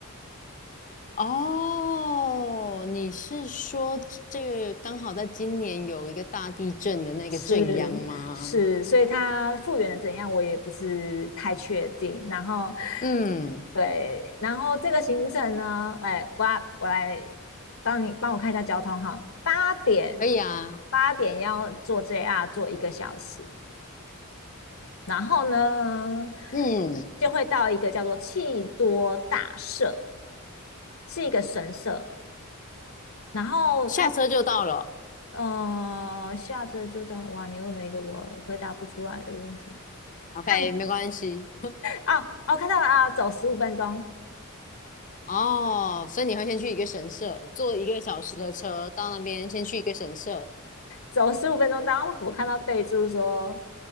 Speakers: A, on the left; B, on the left.
A: 哦，你是说这个刚好在今年有一个大地震的那个震央吗？
B: 是是，所以它复原的怎样，我也不是太确定。然后，
A: 嗯，
B: 对，然后这个行程呢，哎，八，我来帮你帮我看一下交通哈。八点
A: 可以啊，
B: 八点要坐 JR 坐一个小时，然后呢
A: 嗯，
B: 就会到一个叫做气多大社，是一个神社。然后它
A: 下车就到了
B: 呃下车就到了，哇，你问了一个我回答不出来的问题。
A: ，OK，
B: 看
A: 没关系。
B: 啊哦，看到了啊，走十五分钟，
A: 哦，所以你会先去一个神社，坐一个小时的车到那边，先去一个神社。
B: 走十五分钟。当我看到备注说